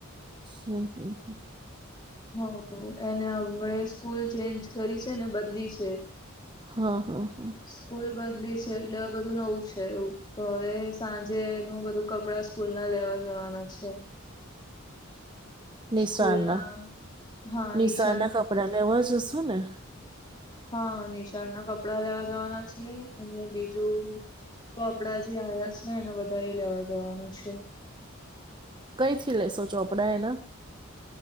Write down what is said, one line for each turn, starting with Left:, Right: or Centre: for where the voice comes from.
Right: હા, હા, હા.
Left: હ, એને હવે સ્કૂલ ચેન્જ કરી છે ને, બદલી છે.
Right: હા, હા, હા.
Left: સ્કૂલ બદલી છે, એટલે બધું નવું છે, એવું તો હવે સાંજેનું બધું કપડા સ્કૂલના લેવા જવાના છે.
Right: નિશાળના,
Left: સ્કૂલ ના હા
Right: નિશાળના
Left: નિશાળ
Right: કપડા લેવા જશું ને.
Left: હા, નિશાળ ના કપડા લેવા જવાના છીએ, અને બીજું કપડા જે આયા છે ને, એને બધાએ લેવા જવાનું છે.
Right: કઈ થી લેશો ચોપડા એના?